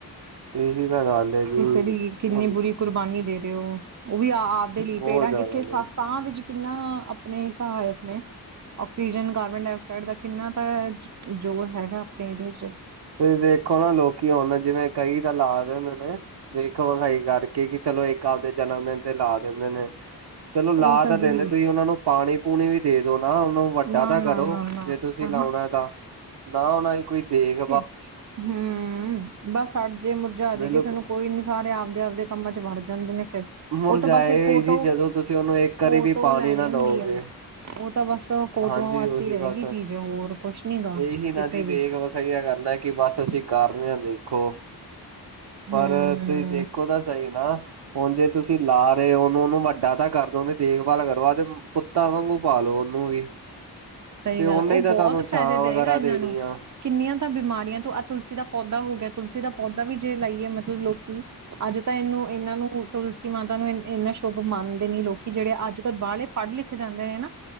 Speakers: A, on the right (about 80°); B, on the right (about 50°).
A: ਇਹੀ ਗੱਲ। ਹੈ ਜੀ
B: ਕਿਸੇ ਦੀ, ਕਿੰਨੀ
A: ਹੁਣ
B: ਬੁਰੀ ਕੁਰਬਾਨੀ ਦੇ ਰਹੇ ਹੋ। ਉਹ ਵੀ ਆਪਦੇ
A: ਬਹੁਤ
B: ਲਈ ਪੇੜਾ
A: ਜ਼ਿਆਦਾ
B: ਕਿੱਥੇ
A: ਨੇ
B: ਸਾਹ ਸਾ ਵਿੱਚ ਕਿੰਨਾ ਆਪਣੇ ਸਹਾਇਕ ਨੇ, ਆਕਸੀਜਨ, ਕਾਰਬਨ ਡਾਇਆਕਸਾਈਡ, ਦਾ ਕਿੰਨਾ ਤ ਜੋ ਹੈਗਾ। ਆਪਣੇ ਇਹਦੇ ਚ।
A: ਤੁਸੀਂ ਦੇਖੋ ਨਾ, ਲੋਕੀ ਹੁਣ ਜਿਵੇਂ ਕਈ ਤਾਂ ਲਾ ਦੇ ਹੁੰਦੇ ਨੇ, ਵੇਖ ਵਖਾਈ ਕਰ ਕੀ ਕੀ ਚਲੋ, ਇੱਕ ਆਪਦੇ ਜਨਮ ਦਿਨ ਤੇ ਲਾ ਦਿੰਦੇ ਨੇ। ਚਲੋ ਲਾ
B: ਉਹ
A: ਤਾਂ ਦਿੰਦੇ।
B: ਜੀ
A: ਤੁਸੀਂ ਉਹਨਾ ਨੂੰ ਪਾਣੀ, ਪੂਣੀ ਵੀ ਦੇ ਦੋ ਨਾ, ਉਹਨੂੰ ਵੱਡਾ
B: ਨਾ
A: ਤਾਂ
B: ਨਾ
A: ਕਰੋ।
B: ਨਾ ਨਾ
A: ਜੇ ਤੁਸੀਂ
B: ਆਹਾਂ
A: ਲਾਉਣਾ ਤਾ, ਨਾ ਉਹਨਾਂ ਦੀ ਕੋਈ ਦੇਖ
B: ਹਮ। <unintelligible> ਬੱਸ ਆਜੇ ਜੇ ਮੁਰਝਾ ਜੇ,
A: ਬਿਲਕੁਲ
B: ਕਿਸੇ ਨੂੰ ਕੋਈ ਨੀ ਸਾਰੇ, ਆਪਦੇ-ਆਪਦੇ ਕੰਮਾਂ ਚ ਵੜ ਜਾਂਦੇ ਨੇ ਫਿਰ।
A: ਮੁਰਝਾਏਗਾ
B: ਉਹ ਤਾਂ, ਬੱਸ ਇੱਕ ਫੋਟੋ,
A: ਹੀ ਜੀ ਜਦੋਂ ਤੁਸੀਂ ਉਹਨੂੰ ਇੱਕ
B: ਫੋਟੋ
A: ਵਾਰੀ ਵੀ ਪਾਣੀ
B: ਲੈਣੀ
A: ਨਾ ਦਓਗੇ।
B: ਹੁੰਦੀ ਆ। ਉਹ ਤਾਂ ਬੱਸ ਫੋਟੋਆਂ
A: ਹਾਂਜੀ
B: ਵਾਸਤੇ
A: ਉਹੀ
B: ਰਹਿ
A: ਬਸ।
B: ਗਈ ਸੀ ਜੇ, ਹੋਰ ਕੁਛ ਨੀ ਗਾ।
A: ਇਹੀ ਨਾ
B: ਕਿਤੇ
A: ਜੀ ਵੇਖ
B: ਵੀ।
A: ਵਖਾਈਆ ਕਰਨਾ। ਕਿ ਬੱਸ ਅਸੀਂ ਕਰ ਰਹੇ ਹਾਂ ਦੇਖੋ? ਪਰ
B: ਹੂੰ।
A: ਤੁਸੀਂ ਦੇਖੋ ਤਾਂ ਸਹੀ ਨਾ, ਹੁਣ ਜੇ ਤੁਸੀਂ ਲਾ ਉਹਨੂੰ, ਉਹਨੂੰ ਵੱਡਾ ਤਾਂ ਕਰਦੋ ਓਦੀ ਦੇਖਭਾਲ ਕਰੋ, ਤੇ ਪੁੱਤਾਂ ਵਾਂਗੂ ਪਾ ਲਓ ਉਹਨੂੰ ਨੂੰ ਵੀ,
B: ਸਹੀ
A: ਤੇ ਉਹਨੇ
B: ਗੱਲ ਉਹ
A: ਤਾਂ
B: ਬਹੁਤ
A: ਤੁਹਾਨੂੰ
B: ਫਾਇਦੇ
A: ਛਾਂ
B: ਦੇਵੇਗਾ
A: ਵਗੈਰਾ
B: ਇਹਨਾਂ
A: ਦੇਣੀ
B: ਨੂੰ
A: ਆ।
B: ਕਿੰਨੀਆਂ ਤਾਂ ਬਿਮਾਰੀਆਂ ਤੋਂ, ਆਹ ਤੁਲਸੀ ਦਾ ਪੌਦਾ ਹੋ ਗਿਆ। ਤੁਲਸੀ ਦਾ ਪੌਦਾ ਵੀ ਜੇ ਲਾਈਏ ਮਤਲਬ ਲੋਕੀਂ ਅੱਜ ਤਾਂ ਇਹਨੂੰ, ਇਹਨਾਂ ਨੂੰ ਤੁਲਸੀ ਮਾਤਾ ਨੂੰ ਇੰਨਾ ਸ਼ੁਭ ਮੰਨਦੇ ਨੀ ਲੋਕੀ, ਜਿਹੜੇ ਅੱਜ ਕੱਲ੍ਹ ਬਾਹਲੇ ਪੜ੍ਹ, ਲਿਖ ਜਾਂਦੇ ਨੇ ਨਾ।